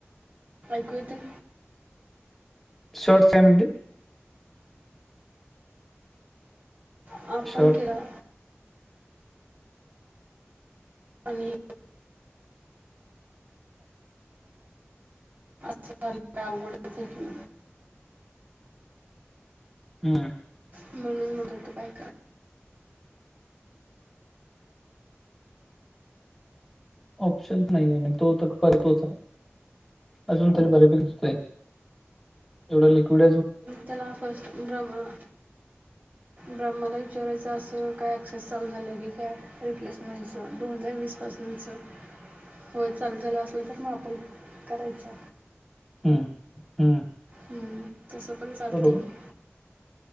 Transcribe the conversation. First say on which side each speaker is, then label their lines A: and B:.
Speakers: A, on the right; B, in the centre.
A: ऐकू येतंय.
B: शोट फेमट.
A: आप आपण
B: शॉर्ट
A: किडा. आणि. अस आलं अवगडच आहे की.
B: हम्म
A: म्हणून मग तू काय,?
B: ऑप्शन नाही आहे म्हणजे तो तर पर तोच आहे. अजून तरी बऱ्यापैकी दितय एवढं लिक्विड.
A: त्याला फस्ट ब्रहण ब्रहमाणा ल. रायचं असं काय ॲक्सेस चालू झालं की काय रिप्लेसमेंटचं दोन हजार वीसपासचं. होय चालू झालं असल तर मग आपण करायचं.
B: हम्म हम्म
A: हम्म तसं पण चालतेय
B: बरोबर
A: की.